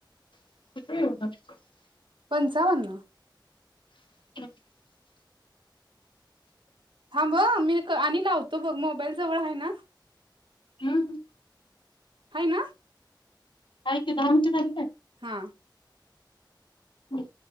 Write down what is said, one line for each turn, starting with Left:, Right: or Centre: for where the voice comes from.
Left: <unintelligible>
Right: पंचावन्न
Left: <unintelligible>
Right: मं मी क आणि लावतो बघ मोबाईल जवळ आहे ना.
Left: हम्
Right: हाय ना
Left: <unintelligible>
Right: हा
Left: हम